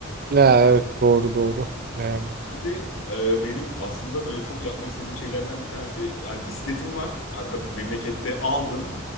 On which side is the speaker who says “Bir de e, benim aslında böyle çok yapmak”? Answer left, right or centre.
Left